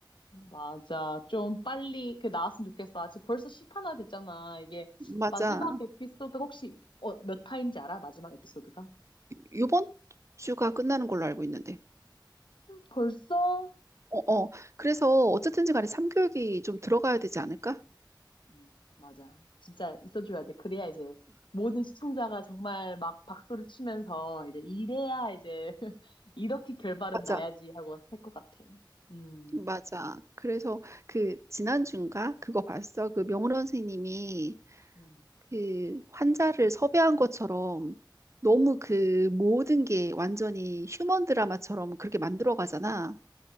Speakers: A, on the left (about 75°); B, on the right (about 35°).
A: 맞아. 좀 빨리 그 나왔으면 좋겠어. 아직 벌써 10화나 됐잖아. 이게
B: 맞아.
A: 마지막 에피소드가 혹시 어, 몇 화인지 알아? 마지막 에피소드가?
B: 이번 주가 끝나는 걸로 알고 있는데.
A: 벌써?
B: 어, 어. 그래서 어쨌든지 간에 삼교육이 좀 들어가야 되지 않을까?
A: 음, 맞아. 진짜 있어줘야 돼. 그래야 이제 모든 시청자가 정말 막 박수를 치면서 이제 이래야 이제 <laughs> 이렇게 결말은
B: 맞아.
A: 나야지 하고 할 것 같아. 음,
B: 맞아. 그래서 그 지난주인가 그거 봤어. 그 명훈 선생님이
A: 음.
B: 그 환자를 섭외한 것처럼 너무
A: <gasps>
B: 그 모든 게 완전히 휴먼 드라마처럼 그렇게 만들어 가잖아.